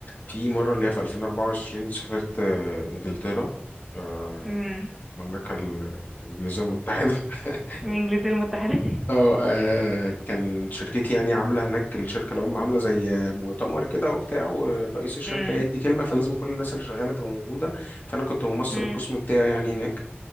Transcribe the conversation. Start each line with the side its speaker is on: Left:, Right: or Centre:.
Left: في مره اللي هي في 2024 دي سافرت آه، انجلترا آه،
Centre: امم
Left: المملكه ال- الانجليزيه المتحده <laughs>
Centre: الانجليزية المتحدة
Left: اه آه، كان شركتي يعني عامله هناك الشركه الام عامله زي مؤتمر كده وبتاع ورئيس
Centre: <laughs>
Left: الشركه
Centre: امم
Left: هيدي كلمه فلازم كل الناس اللي شغاله تبقى موجوده فانا كنت ممثل
Centre: امم
Left: القسم بتاعي يعني هناك